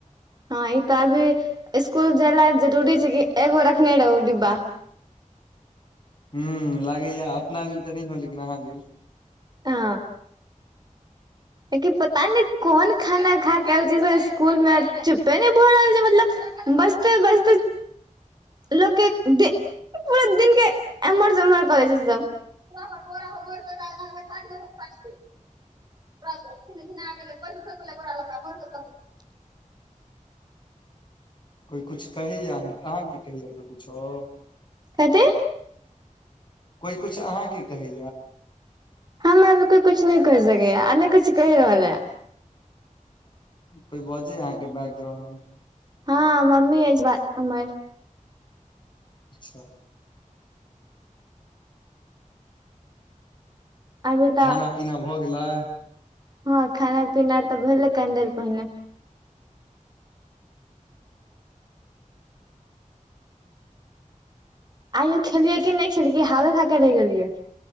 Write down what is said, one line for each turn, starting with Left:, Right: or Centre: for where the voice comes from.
Right: हँ ई तऽ अभी स्कुल जाय ला जरुरी छै कि एगो रखने रहौ डिब्बा
Left: ह लागैए अपना लेल तऽ नहियो लेकिन अहाँ लेल
Right: आ पता नहि कोन खाना खा के एल छै स्कुल मे चुपे नहि भऽ रहल छै मतलब बैजते बैजते लोक के दे पूरा दिन एम्महर-सम्महर करैत रहै छै, सभ दुआर पर बोरा होइ मोइर
Left: <inaudible>
Right: ख गेल ओरा <unintelligible>
Left: कोइ किछु कहैया हँ, अहाँकेँ अहाँकेँ कहैया, कोइ किछुओ
Right: कथी
Left: कोइ किछु अहाँकेँ कहैय
Right: हमरासभकेँ किछु नहि कहि सकैय आ ने किछु कहि रहल यै
Left: कोइ बजे अहाँकेँ बैकग्राउंडमे
Right: हँ, मम्मी एहेन बात हमर
Left: अच्छा
Right: अभी तऽ
Left: खाना पीना भऽ गेलै
Right: हँ, खाना-पीना तऽ भेलै यै, कनी देर पहिने आइयो खेलियै कि नहि खेलियै, हँ, खा कऽ रहि गेलियै